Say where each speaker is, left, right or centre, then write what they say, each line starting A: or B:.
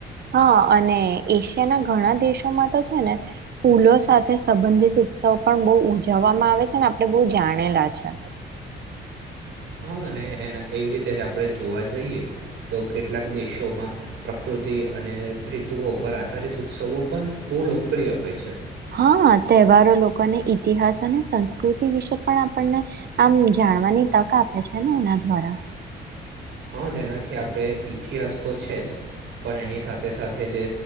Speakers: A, on the right; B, on the right.
A: હા અને એશિયાના ઘણા દેશોમાં તો છે ને ફૂલો સાથે સંબંધિત ઉત્સવ પણ બહુ ઉજવવામાં આવે છે ને આપડે બહુ જાણેલા છે.
B: હા, અને એના એવી રીતે જ આપડે જોવા જઈએ તો કેટલાક દેશોમાં પ્રકૃતિ અને ઋતુઓ પર આધારિત ઉત્સવો પણ બહુ લોકપ્રિય હોય છે.
A: હા તહેવારો લોકોને ઈતિહાસ અને સંસ્કૃતિ વિશે પણ આપણને આમ જાણવાની તક આપે છે ને એના દ્વારા.
B: હા તેનાથી આપડે ઈતિહાસ તો છે જ પણ એની સાથે સાથે જે